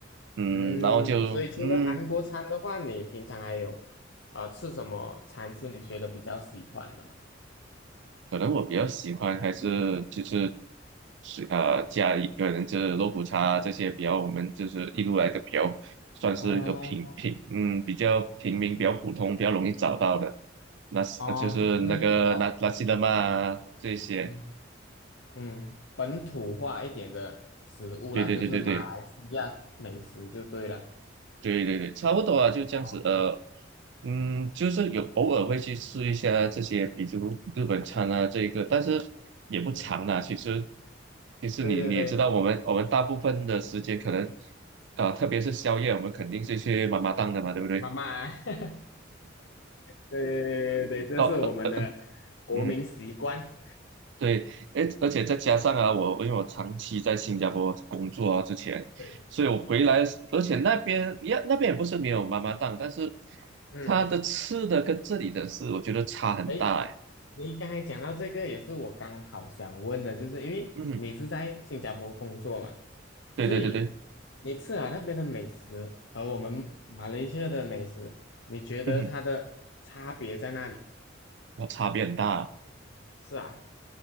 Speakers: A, on the right; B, on the left.
A: 嗯，
B: 嗯，
A: 然后就嗯，
B: 所以除了韩国餐的话，你平常还有呃吃什么餐是你觉得比较喜欢的吗？
A: 可能我比较喜欢还是就是是呃家里可能就是肉骨茶这些比较我们就是一路来的比较算是一个平平嗯比较平民比较普通比较容易找到的，
B: 哦，
A: 那是呃就是那个那拉西德玛啊这些。
B: 哦，就是比较嗯嗯嗯本土化一点的食物啦，
A: 对对对对对。
B: 就是马来西亚美食就对了。
A: 对对对，差不多啊，就这样子。
B: 啊，
A: 呃，嗯，就是有偶尔会去吃一下这些，比如日本餐啊，这一个，但是也不长啦。
B: 嗯，
A: 其实，其实你你也知道，
B: 对对对，
A: 我们我们大部分的时间可能，啊、特别是宵夜，我们肯定是去妈妈档的嘛，对不对？
B: 妈妈 <laughs> 对对对对对，这是我们的
A: 哦，呃
B: 国民习惯。
A: 嗯。对，诶，而且再加上啊，我因为我长期在新加坡工作啊，之前，
B: 对，
A: 所以我回来，而且那边也那边也不是没有妈妈档，但是
B: 嗯，
A: 它的吃的跟这里的是，我觉得差很大诶。
B: 诶，你刚才讲到这个，也是我刚好想问的，就是因为你是在新加坡工作嘛，
A: 嗯，对对对对，
B: 所以你吃了那边的美食和我们马来西亚的美食，你觉得它的差别在哪里？
A: 嗯，我差别很大啊
B: 是啊，